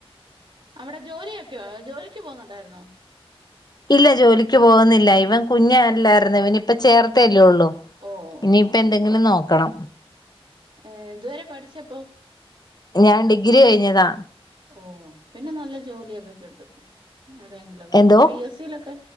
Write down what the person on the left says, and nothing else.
ഇല്ല ജോലിക്ക് പോകുന്നില്ല ഇവൻ കുഞ്ഞല്ലായിരരുന്നു ഇവനി ഇപ്പ ചേർത്തേല്ലേ ഉള്ളൂ
ഇനി
ഇപ്പ എന്തെങ്കിലും നോക്കണം
ഞാൻ ഡിഗ്രി കഴിഞ്ഞതാ
എന്തോ